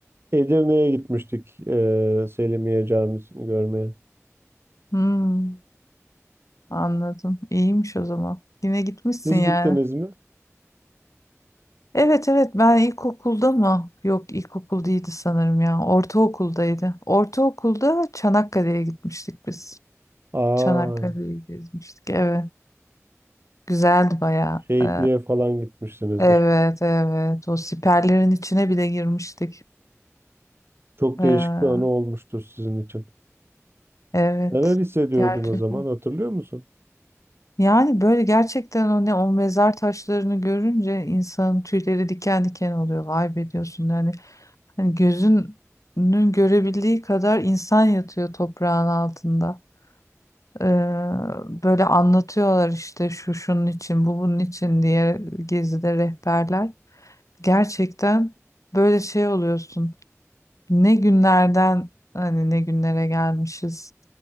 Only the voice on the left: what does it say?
Hmm, anladım. İyiymiş o zaman. Yine gitmişsin
yani.
Evet evet ben ilkokulda mı? Yok ilkokul değildi sanırım ya. Ortaokuldaydı. Ortaokulda Çanakkale'ye gitmiştik biz.
Çanakkale'yi gezmiştik. Evet. Güzeldi bayağı.
Ee,
evet evet. O siperlerin içine bile girmiştik.
Ee,
evet.
Gerçekten.
Yani böyle gerçekten o ne o mezar taşlarını görünce insanın tüyleri diken diken oluyor. Vay be diyorsun yani. Hani gözünün görebildiği kadar insan yatıyor toprağın altında. Ee, böyle anlatıyorlar işte şu şunun için bu bunun için diye gezide rehberler. Gerçekten böyle şey oluyorsun. Ne günlerden hani ne günlere gelmişiz.